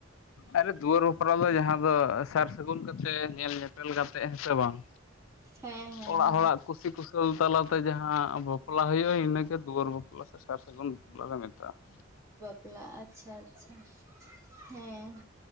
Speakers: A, on the left (about 80°); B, on the right (about 15°).
A: ᱟᱨᱮ ᱫᱩᱣᱟᱹᱨ ᱵᱟᱯᱞᱟ ᱫᱚ ᱡᱟᱦᱟᱸ ᱫᱚ ᱥᱟᱨ ᱥᱟᱹᱜᱩᱱ ᱠᱟᱛᱮ ᱧᱮᱞ ᱧᱮᱯᱮᱞ ᱠᱟᱛᱮᱜ ᱦᱮᱸ ᱥᱮ ᱵᱟᱝ?
B: ᱦᱮᱸ ᱦᱮᱸ
A: ᱚᱲᱟᱜ
B: ᱦᱮᱸ
A: ᱦᱚᱲᱟᱜ ᱠᱩᱥᱤᱼᱠᱩᱥᱟᱹᱞ ᱛᱟᱞᱟᱛᱮ ᱡᱟᱦᱟᱸ ᱵᱟᱯᱞᱟ ᱦᱩᱭᱩᱜᱼᱟ ᱤᱱᱟᱹᱜᱮ ᱫᱩᱣᱟᱹᱨ ᱵᱟᱯᱞᱟ ᱾ ᱥᱟᱨ ᱥᱟᱹᱜᱩᱱ ᱵᱟᱯᱞᱟ ᱞᱮ ᱢᱮᱛᱟᱜᱼᱟ ᱾
B: ᱯᱞᱟ ᱟᱪᱪᱷᱟ, ᱟᱪᱪᱷᱟ, ᱦᱮᱸ